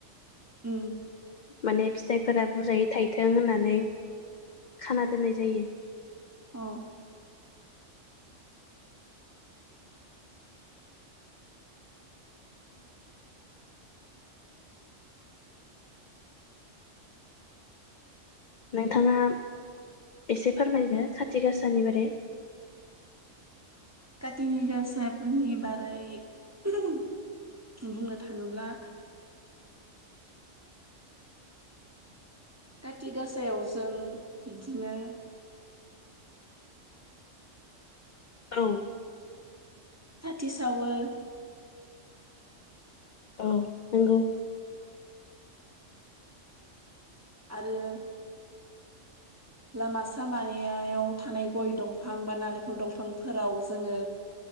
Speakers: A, on the right (about 20°); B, on the left (about 75°).
A: उम।
B: माने फिथाइफोरा बुरजायै थायथों होननानै, खाना दोननाय जायो।
A: औ।
B: नोंथाङा एसे फोरमायदो खाथि गासानि बारे।
A: काथिनि गासाफोरनि बारै बुंनो थाङोब्ला काति गासायाव जों बिदिनो
B: औ
A: साथि सावो
B: औ नंगौ।
A: आरो लामा सामायायाव थानाय गय दंफां बा नालेंखर दंफांफोराव जोंङो